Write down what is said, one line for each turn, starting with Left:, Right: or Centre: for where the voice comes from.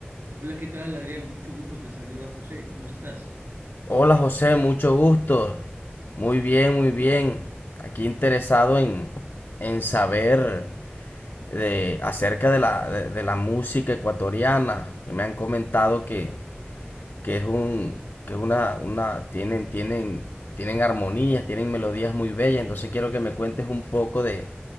Right: Hola, ¿qué tal, Adrián? Mucho gusto, te saluda José. ¿Cómo estás?
Left: Hola José, mucho gusto. Muy bien, muy bien. Aquí interesado en, en saber de, acerca de la, de, de la música ecuatoriana, que me han comentado que, que es un, que es una, una, tienen, tienen, tienen armonías, tienen melodías muy bellas, entonces quiero que me cuentes un poco de,